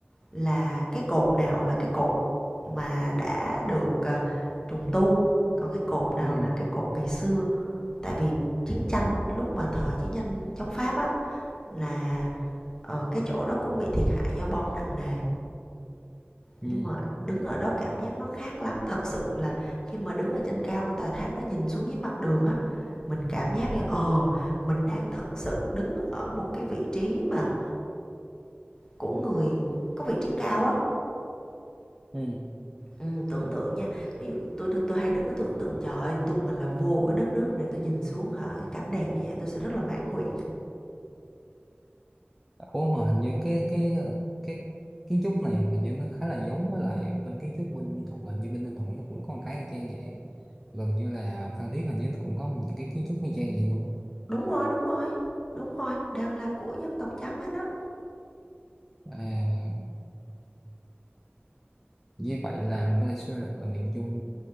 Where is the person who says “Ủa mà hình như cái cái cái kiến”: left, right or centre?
Centre